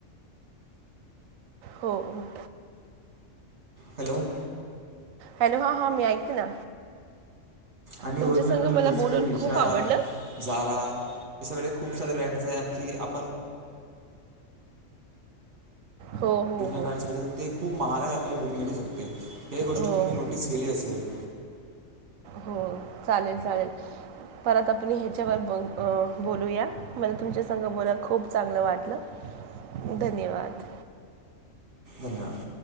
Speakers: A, on the right; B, on the right.
A: हो हो.
B: हॅलो <unintelligible>
A: हॅलो हा हा मी ऐकते ना.
B: आणि
A: तुमच्या
B: ओरिजिनल
A: संग
B: पण म्हज
A: मला बोलून
B: निशा
A: खूप आवडलं
B: जारा. हे सगळे खूप सारे ब्रँडस आहे आणखी आपण.
A: हो हो
B: ओरिजनल
A: हो
B: गण्यासाठी तर ते खूप महाारगा. मिळू शकते <unintelligible> हे गोष्ट
A: हो
B: तुम्ही नोटीस केली असेल.
A: हो चालेल चालेल परत आपण ह्याच्यावर ब बोलूया, मला तुमच्या संघ बोलायला खूप चांगलं वाटलं धन्यवाद.
B: धन्यवाद